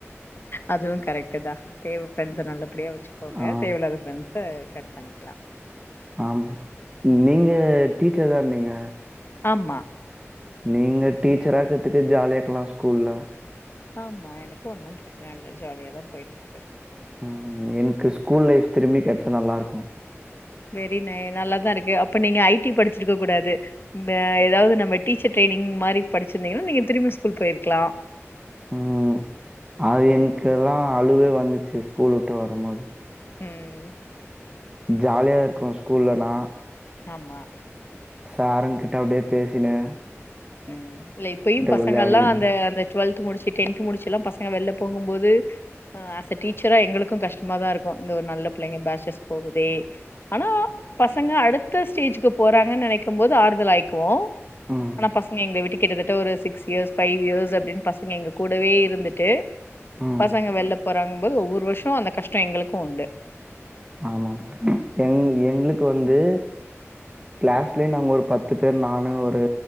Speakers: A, on the left; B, on the right.
A: அதுவு கரெக்ட்டு தா தேவ ஃப்ரெண்ட்ஸ்ச நல்ல படியா வெ ச்சுகோங்க
B: ஆ
A: தேவயில்லாத ஃப்ரெண்ஸ்ச கட் பண்ணிக்லா
B: ஆமா நீங்க டீச்சர் தான் நீீங்க
A: ஆம்மா
B: நீங்க டீச்சராக்கத்துக்கு ஜாலியா இருக்கலா ஸ்கூல்ல
A: ஆம்மா எனக்கு ஒன்னு பிரச்சன இல்ல ஜாலியா தா போயிட்ருக்கு
B: ம் என்க்கு ஸ்கூல் லைஃப் திரும்பி கெடச்சா நல்லாருக்கு
A: வெரி நை நல்லாதா இருக்கு அப்ப நீங்க ஐடீ படிச்சிருக்க கூடாது இந்த எதாவது நம்ம டீச்சர் ட்ரைனிங் மாரி படிச்சிருந்தீங்கன்னா நீங்க திரும்பி ஸ்கூல் போயிருக்கலா
B: ம் அது
A: ம்
B: என்க்குல்லா அழுவ வந்துச்சு ஸ்கூல் விட்டு வரு போது
A: ம்
B: ஜாலியா இருக்கு ஸ்கூலனா
A: ஆமா
B: சாருங்கிட்ட அப்டியே பேசின்னு
A: ம் இல்ல இப்பயு பசங்கள்ல்லா
B: விளையாடிக்கினு
A: அந்த அந்த டுவல்த் முடிச்சு டென்த் முடிச்சு எல்லா பசங்க வெளில போகு போது ஆஸ் அ டீச்சரா எங்களுக்கு கஷ்டமாதா இருக்கு இந்த ஒரு நல்ல பிள்ளைங்க பேட்சர்ஸ் போகுதே ஆனா பசங்க அடுத்த ஸ்டேஜுக்கு போறாங்கன்னு நெனைக்கும் போது ஆறுதல் ஆகிக்குவோ
B: ம்
A: ஆனா பசங்க எங்கள விட்டு கிட்டத்தட்ட ஒரு சிக்ஸ் இயர்ஸ் ஃபைவ் இயர்ஸ் அப்டின்னு பசங்க எங்க கூடவே இருந்துட்டு
B: ம்
A: பசங்க வெளில போறாங்கபோது ஒவ்வொரு வருஷ அந்த கஷ்டம் எங்களுக்கு உண்டு
B: ஆமா எங் எங்களுக்கு வந்து கிளாஸ்லே நாங்க ஒரு பத்து பேர் நானு ஒரு